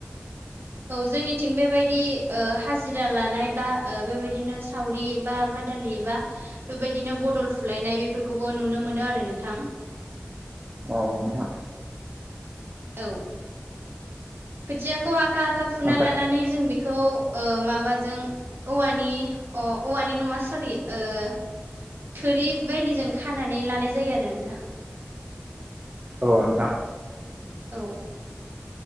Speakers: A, on the right (about 60°); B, on the right (about 30°).
A: औ जोंनिथिं बेबायदि ओ हाजिरा लानाय बा ओ बेबायदिनो सावरि बा बादालि बा बेबायदिनो बदल फुलायनाय बेफोरखौबो नुनो मोनो आरो नोंथां
B: औ नोंथां
A: औ खोथियाखौ आखा आखा फुना
B: ओमफ्राय
A: लानानै जों बेखौ ओ माबाजों औवानि अ औवानि नङा सरि ओ थुरि बायदिजों खानानै लानाय जायो आरो नोंथां
B: औ नोंथां
A: औ